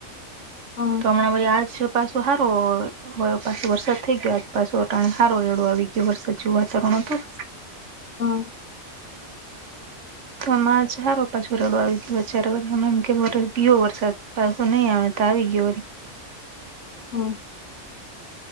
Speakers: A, on the left (about 75°); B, on the right (about 70°).
A: હા
B: તો હમણાં બરી આજ છે પાછું સારું પાછો વરસાદ થઈ ગયો આજ પાછો વટાણી હારો રેડો આવી ગયો વરસાદ જેવું વાતાવરણ હતું
A: હા
B: તો આમાં ચારો પાછો રડો આવી ગયું અ્યારે અમેમ કે ગીયો વરસાદ પા સુન આવે ત આવીી ગવરી
A: હા